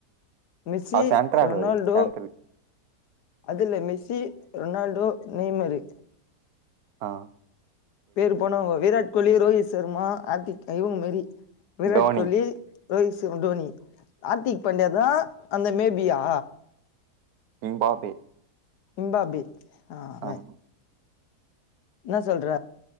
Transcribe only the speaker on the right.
அவுர் சென்ட்ரா
ஆடுவாரு சென்ட்ரு.
அ.
டோனி
இம்பாப்பே
ஆமா